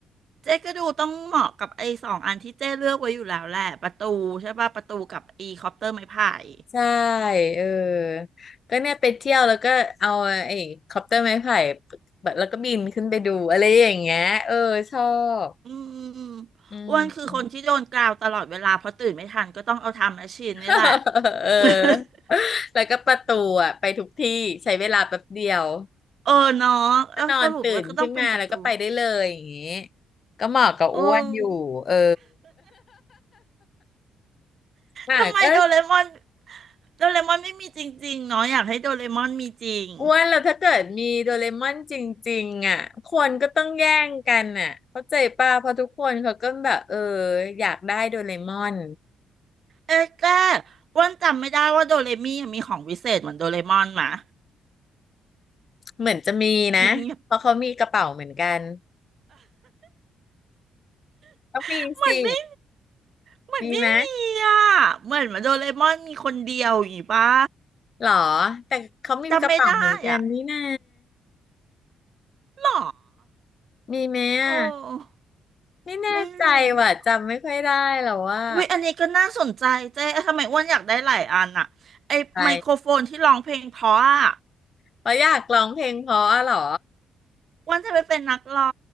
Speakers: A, on the right; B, on the left.
A: เจ๊ก็ดูต้องเหมาะกับไอ้สองอันที่เจ๊เลือกไว้อยู่แล้วแหละประตูใช่ป่ะประตูกับไอีคอปเตอร์ไม้พาย
B: ใช่เออก็เนี่ยไปเที่ยวแล้วก็เอาไอ้คอปเตอร์ไม้ไผ่แบบแล้วก็บินขึ้นไปดูอะไรอย่างเงี้ยเออชอบ
A: อืม
B: อื
A: อ้วนคือคนที่โดนกราวตลอดเวลาเพราะตื่นไม่ทันก็ต้องเอาทำแมชชีนนี่แหละ
B: ม <laughs> เออ
A: <laughs>
B: แล้วก็ประตูอ่ะไปทุกที่ใช้เวลาแป๊บเดียว
A: เออเนาะเออสรุปวก็ต้องเป็นประตู
B: ก็นอนตื่นขึ้นมาแล้วก็ไปได้เลยอย่างงี้ก็เหมาะกับอ้วนอยู่เออ
A: โอ้
B: อ่ะก็
A: ทำไมโดเรมอนโดเรมอนไม่มีจริงๆ เนาะอยากให้โดเรมอนมีจริง
B: อ้วนแล้วถ้าเกิดมีโดเรมอนจริงๆอ่ะคนก็ต้องแย่งกันอ่ะเข้าใจป่ะเพราะทุกคนเขาก็แบบเอออยากได้โดเรมอน
A: เอ๊ะแกอ้วันจำไม่ได้ว่าโดเรมี่มีของวิเศษเหมือนโดเรมอนหมะ
B: เหมือนจะมีนะเพราะเขามีกระเป๋าเหมือนกัน
A: <laughs> เงียบ
B: ต้องมีสิ
A: ๆเหมือนไม่เหมือนไม่มีอ่ะเหมือนมาโดเรมอนมีคนเดียวอย่างงี้ปะ
B: มีไหมหรอแต่เขามีกระเป๋าเหมือนกันนี่นา
A: จำไม่ได้อ่ะหรอ
B: มีไหมอ่ะ
A: โอ้
B: ไม่แน่ใจว่ะจำไม่ค่อยได้แล้วว่า
A: ไม่รู้อะอุ้ยอันนี้ก็น่าสนใจเจ๊ทำไมอ้วนอยากได้หลายอันอ่ะไอไมโครโฟนที่ร้องเพลงเพราะอ่ะ
B: อะไร เพราะอยากร้องเพลงเพราะอะเหรอ
A: อ้วนจะไปเป็นนักร้อ